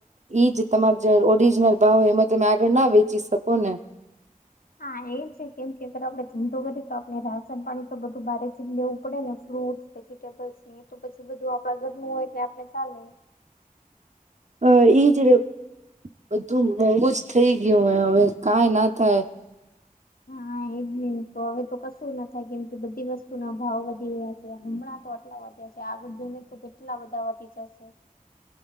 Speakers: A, on the right (about 55°); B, on the left (about 80°).
A: ઈજ તમાર જે ઓરિજનલ ભાવ હોય એમાં તમે આગળ ના વેચી શકો ને
B: હા એ જ છે, કેમ કે અગર આપડણે ધંધો કરીએ તો આપડણે રાસન પાણી તો બધું બારેથી જ લેવું પડે ને ફ્રૂટ વેજીિટેબલ્સ ની એ તો પછી બધું આપણા ઘરનું હોય એટલે આપણે ચાલે.
A: હ ઈ જ ર બધું મોંઘું જ થઈ ગયું હ હવે કાઈ ના થાય હ
B: હા હવે તો કશું નાાય કેમ કે બધી વસ્તુ ના ભાવ વધી ગયા છે, હમણાં તો કેટલા વધ્યાશે આગળ જઈને તો કેટલા બધા વધી જશે.